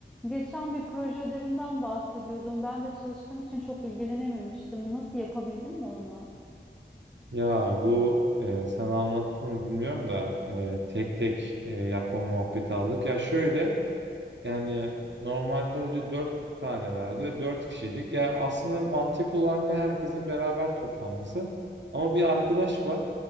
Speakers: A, in the centre; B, on the right.
A: Geçen bir proje ödevinden bahsediyordun. Ben de çalıştığım için çok ilgilenememiştim. Nasıl yapabildin mi onu?
B: Ya bu e, sen anlattın mı bilmiyorum da e, tek tek e, yapma muhabbeti aldık. Ya şöyle yani normalde hoca dört tane verdi. ve Dört kişiydik. Ya aslında mantıklı olan ne herkesin beraber toplanması. Ama bir arkadaş var.